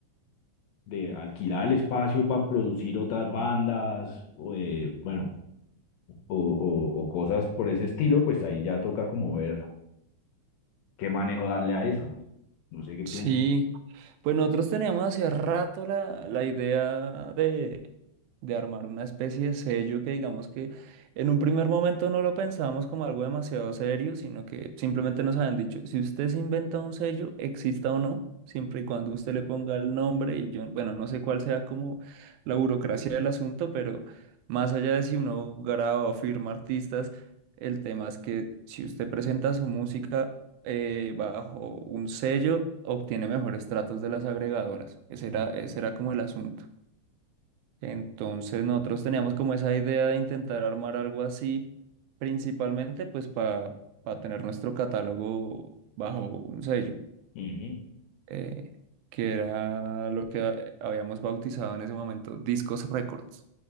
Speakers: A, on the left; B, on the right.
A: de alquilar el espacio para producir otras bandas, o, eh, bueno, o, o- o cosas por ese estilo, pues ahí ya toca como ver qué manejo darle a eso. No sé qué piensa.
B: Sí, pues nosotros teníamos hace rato la, la idea de, de armar una especie de sello que digamos que en un primer momento no lo pensábamos como algo demasiado serio, sino que simplemente nos habían dicho, si usted se inventa un sello, exista o no, siempre y cuando usted le ponga el nombre y yo, bueno, no sé cuál sea como la burocracia del asunto, pero más allá de si uno graba o firma artistas, el tema es que si usted presenta su música eh, bajo un sello obtiene mejores tratos de las agregadoras. Ese era, ese era como el asunto. Entonces nosotros teníamos como esa idea de intentar armar algo así, principalmente pues para tener nuestro catálogo bajo un sello,
A: Ujú,
B: eh, que era lo que eh, habíamos bautizado en ese momento, Discos Records.